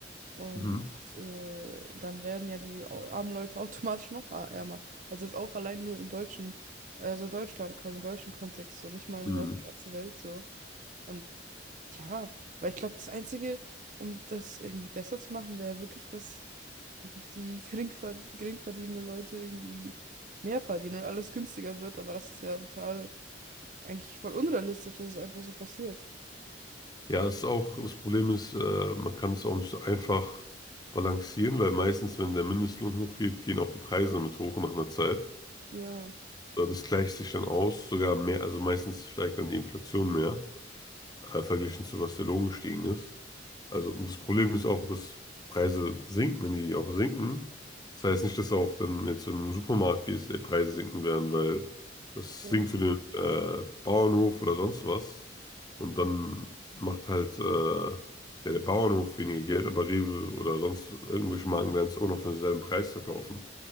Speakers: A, on the right; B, on the left.
A: Und
B: Mhm.
A: äh, dann werden ja die au- armen Leute <laughs> automatisch noch ar- ärmer. Also jetzt auch allein nur im deutschen, also Deutschland, quasi im deutschen Kontext, so nicht mal
B: Mhm.
A: nur auf der ganzen Welt so. Und ja, weil ich glaube, das Einzige, um das irgendwie besser zu machen, wäre wirklich, dass einfach die geringver geringverdienenden Leute irgendwie mehr verdienen und alles günstiger wird. Aber das ist ja total eigentlich voll unrealistisch, dass es einfach so passiert.
B: Ja, es ist auch, das Problem ist, äh, man kann es auch nicht so einfach balancieren, weil meistens, wenn der Mindestlohn hochgeht, gehen auch die Preise damit hoch nach einer Zeit.
A: Ja,
B: Ja, Das gleicht sich dann aus, sogar mehr, also meistens steigt dann die Inflation mehr, äh, verglichen zu was der Lohn gestiegen ist. Also, und das Problem ist auch, dass Preise sinken, wenn die auch sinken. Das heißt nicht, dass auch dann jetzt, wenn du in den Supermarkt gehst, die Preise sinken werden, weil das
A: ja,
B: sinkt für den äh, Bauernhof oder sonst was. Und dann macht halt äh, ja, der Bauernhof weniger Geld, aber Rewe oder sonst irgendwelche Marken werden es auch noch für denselben Preis verkaufen.